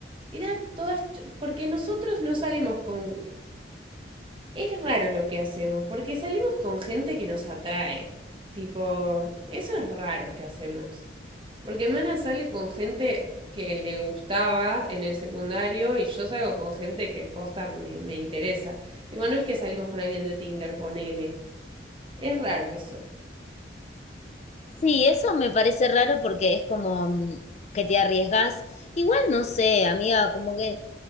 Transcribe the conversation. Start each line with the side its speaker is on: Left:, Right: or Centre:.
Right: era todas... ch- Porque nosotros no salimos con Es raro lo que hacemos, porque salimos con gente que nos atrae. Tipo, eso es raro que hacemos. Porque Mana sale con gente que le gustaba en el secundario y yo salgo con gente que posta me, me interesa. Tipo, no es que salimos con alguien de Tinder, ponele. Es raro eso.
Left: Sí, eso me parece raro porque es como mm, que te arriesgas. Igual no sé, amiga, como que